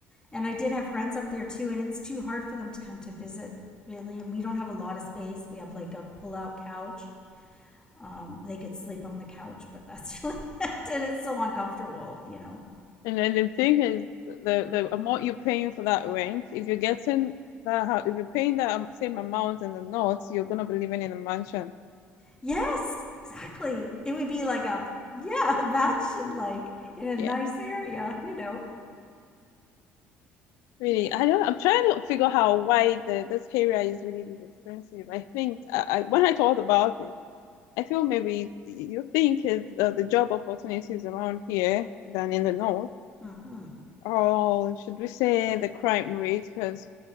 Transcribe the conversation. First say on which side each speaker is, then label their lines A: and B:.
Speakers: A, on the left (about 15°); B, on the left (about 75°).
A: and I did have friends up there too, and it's too hard for them to come to visit, really. And we don't have a lot of space. We have like a pull out couch. Um, they could sleep on the couch, but that's <laughs> really it. And it's so uncomfortable, you know.
B: And then the thing is the the amount you're paying for that rent, if you're getting that hou- if you're paying that um, same amount in the north, you're gonna be living in a mansion.
A: Yes, exactly. It would be like a yeah, <laughs> a match in like in a
B: Yeah.
A: nice area, you know.
B: Really,
A: Yeah.
B: I don't. I'm trying to figure out why the this area is really this expensive. I think I, I, when I thought about it, I feel maybe you think is uh, the job opportunities around here than in the north,
A: hmm
B: or should we say the crime rate? Because